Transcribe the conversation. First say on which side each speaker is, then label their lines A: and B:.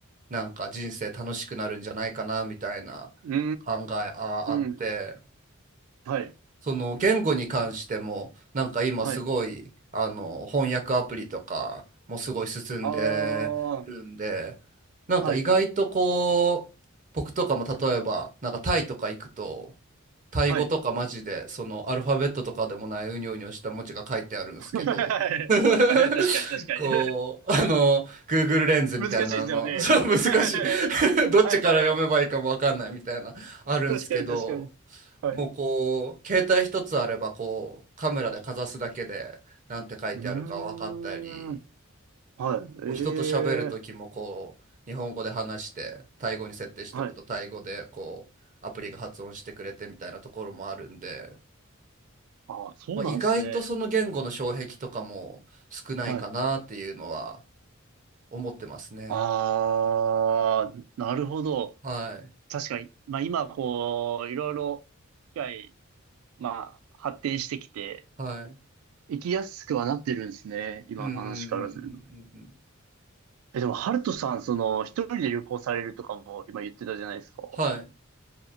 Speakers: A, on the right; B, on the right.
A: なんか人生楽しくなるんじゃないかなみたいな考えあ、
B: うー
A: あって、
B: ん。はい。
A: その言語に関してもなんか今すごいあの翻訳アプリとかもすごい進んでるんで、
B: はい。ああ。
A: なんか意外とこう僕とかも例えばなんかタイとか行くと
B: はい。
A: タイ語とかマジで、
B: はい。
A: そのアルファベットとかでもないうにょうにょした文字が書いてあるんですけど、
B: <laughs> はい。
A: <laughs>
B: 確かに、確かに。
A: こう、あの、Google
B: <laughs>
A: レンズみたいなの、
B: 難しいですよね。
A: <laughs> そう難しい
B: <laughs>
A: <laughs> どっちから読めばいいかもわかんないみたいな、
B: はいはいはい。
A: あるんですけど、
B: 確かに、確かに。はい。
A: もうこう、
B: う
A: 携帯一つあれば、こう、カメラでかざすだけで、なんて書いてあるか分かったり、
B: ーん。はい。
A: こう人と喋るときもこう日本語で話してタイ語に設定しとくとタイ語でこうアプリが発音してくれてみたいなところもあるんで、
B: ええ。はい。ああ、そうなんですね。
A: まあ、意外とその言語の障壁とかも少ないかなっていうのは
B: はい。
A: 思ってますね。
B: ああ、なるほど。
A: はい
B: 確かに。まあ今、こう、いろいろ、機械、まあ、発展してきて、
A: はい。
B: 行きやすくはなってるんですね。今の話からすると。
A: うんうんうんうんうんうん。
B: え、でも、ハルトさん、その、一人で旅行されるとかも今言ってたじゃないですか。
A: はい